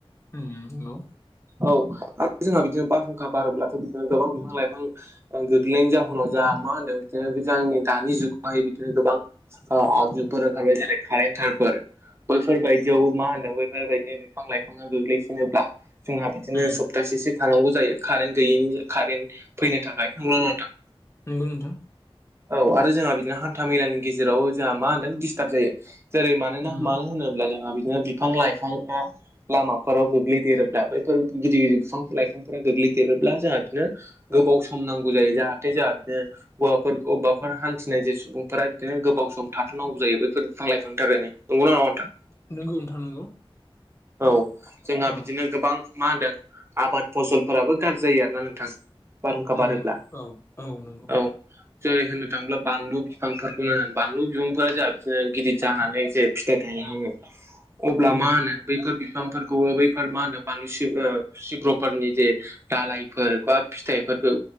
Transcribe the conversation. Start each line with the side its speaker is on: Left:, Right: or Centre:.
Left: उम नंगौ।
Right: औ आरो जोंहा बिदिनो बारहुंखा बारोब्लाथ' बिदिनो गोबां बिफां-लाइफां ओं गोग्लैनायनि जाहोनाव जोंहा मा होनदों बिदिनो जोंनि दानि जुगावहाय बिदिनो गोबां ओ आगजुफोर ओंखारबाय जेरै कारेन तारफोर। बैफोरबायदियावबो मा होनदों बैफोरबायदि बिफां-लाइफाङा गोग्लैसिनोब्ला जोंहा बिदिनो
Left: उम
Right: सप्तासेसो थानांगौ जायो कारेन्ट गैयैनि कारेन्ट फैनो थाखाय। नंगौ ना नङा नोंथां?
Left: नंगौ नोंथां
Right: औ आरो जोंहा बिदिनो हान्था मेलानि गेजेराव जोंहा मा होनदों दिस्टार्ब जायो। जेरै मानोना
Left: नंगौ
Right: मानो होनोब्ला जोंहा बिदिनो बिफां-लाइफांआ लामाफोराव गोग्लैदेरोब्ला बैफोर गिदिर-गिदिर बिफां-लाइफांफोरा गोग्लैदेरोब्ला जोंहा बिदिनो गोबाव सम नांगौ जायो जाहाथे जोंहा <unintelligible> <unintelligible> हान्थिनाय जे सुबुंफोरा बिदिनो गोबाव सम थाथ'नांगौ जायो। बेफोर बिफां लाइफां थाखैनो नंगौना नङा नोंथां।
Left: नंगौ नोंथां नंगौ।
Right: औ जोंहा
Left: औ
Right: बिदिनो गोबां मा होनदों आबाद फसलफोराबो गाज्रि जायो आरोना नोंथां। बारहुंखा बारोब्ला
Left: नंगौ औ औ नंगौ
Right: औ। जेरै होननो थाङोब्ला बानलु बिफांफोरखौनो बानलु बिफांफोरा <unintelligible> <unintelligible> गिदिर जानानै जे फिथाइ थायो आङो अब्ला
Left: उम
Right: मा होनो बैफोर बिफांफोरखौ बैफोर मा होनो बानलु <unintelligible> सिब्रफोरनि जे दालायफोर बा फिथाइफोरखौ